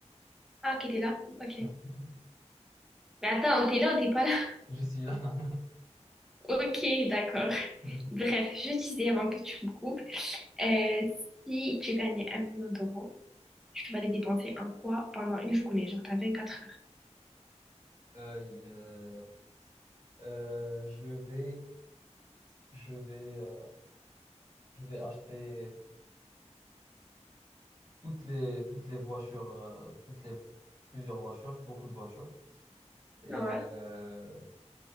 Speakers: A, in the centre; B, on the right (about 30°).
A: Ah, ok, t'es là? Ok.
B: <laughs>
A: Mais attends, t'es là ou t'es pas là? <laughs>
B: Je suis là.
A: Ok, d'accord.
B: <laughs>
A: Bref, je disais avant que tu me coupes. Euh, si tu gagnais un million d'euros, tu vas les dépenser en quoi pendant une journée, genre t'as 24 heures.
B: Euh, euh, euh, je vais. Je vais, euh, je vais acheter toutes les, toutes les voitures, euh, toutes les, plusieurs voitures, beaucoup de voitures. Et,
A: Ouais.
B: euh,